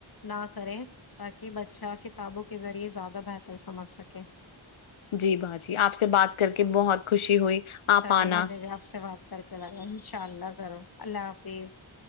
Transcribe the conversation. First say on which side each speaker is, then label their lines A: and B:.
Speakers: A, on the left; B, on the left.
A: نہ کریں تاکی بچہ کتابوں کے ذریعے زیادہ بہتر سمجھ سکے
B: جی باجی آپ سے بات کر کے بہت خوشی ہوئی آپ
A: چلو
B: آنا
A: مجھے مجھے بھی آپ سے بات کر کے لگا انشاء اللہ ضرور اللہ حافظ